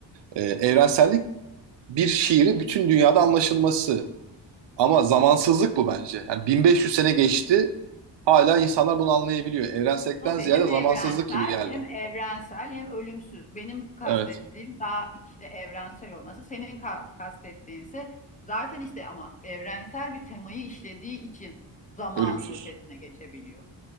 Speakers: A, on the right; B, on the left.
A: Ee, evrensellik bir şiiri bütün dünyada anlaşılması. Ama zamansızlık bu bence. Yani 1500 sene geçti. Hala insanlar bunu anlayabiliyor. Evrensellikten
B: Tabii
A: ziyade
B: hem
A: zamansızlık
B: evrensel
A: gibi geldi.
B: hem evrensel hem ölümsüz. Benim kastettiğim
A: Evet.
B: daha işte evrensel olması. Senin ka- kastettiğin ise zaten işte ama evrensel bir temayı işlediği için zamanın
A: Ölümsüz.
B: ötesine geçebiliyor.